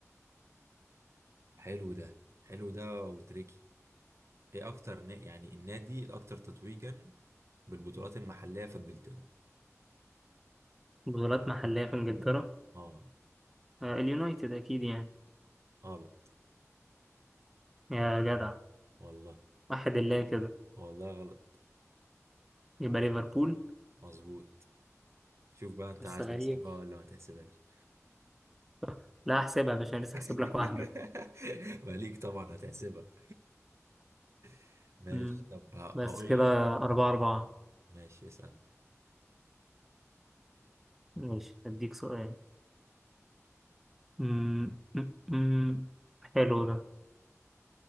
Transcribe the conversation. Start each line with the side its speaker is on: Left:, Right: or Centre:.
Right: حلو ده حلو ده وتريكي ايه اكتر ن... يعني النادي الاكتر تتويجا بالبطولات المحلية في انجلترا
Centre: بطولات محلية في انجلترا
Right: اه
Centre: آه اليونايتد اكيد يعني
Right: غلط
Centre: يا جدع
Right: والله
Centre: واحد الله كده
Right: والله غلط
Centre: يبقى ليفربول
Right: مظبوط شوف بقى انت
Centre: بس
Right: عايز
Centre: غريب
Right: تحسبها ولا ما تحسبهاش
Centre: <laughs> لا احسبها يا باشا لسه
Right: <laughs>
Centre: هحسب لك واحدة
Right: ماليك طبعا هتحسبها <laughs> ماشي
Centre: مم.
Right: طب ه-
Centre: بس
Right: هقول
Centre: كده
Right: لي
Centre: أربعة أربعة
Right: ماشي اسأل
Centre: ماشي أديك سؤال مم، مم، مم. حلو ده